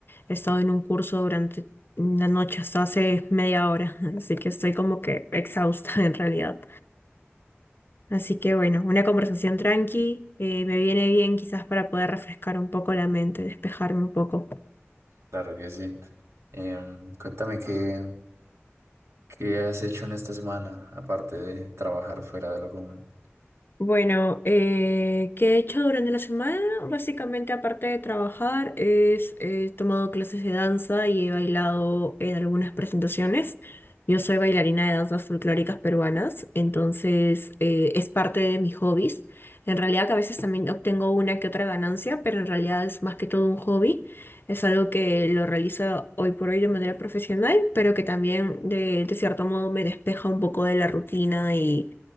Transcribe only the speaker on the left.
he estado en un curso durante la noche hasta hace media hora, <laughs> así que estoy como que exhausta en realidad. Así que bueno, una conversación tranqui, eh, me viene bien quizás para poder refrescar un poco la mente, despejarme un poco.
Bueno, eh, ¿qué he hecho durante la semana? Básicamente, aparte de trabajar, es, eh, he tomado clases de danza y he bailado en algunas presentaciones. Yo soy bailarina de danzas folclóricas peruanas, entonces eh, es parte de mis hobbies. En realidad que a veces también obtengo una que otra ganancia, pero en realidad es más que todo un hobby. Es algo que lo realizo hoy por hoy de manera profesional, pero que también de de cierto modo me despeja un poco de la rutina y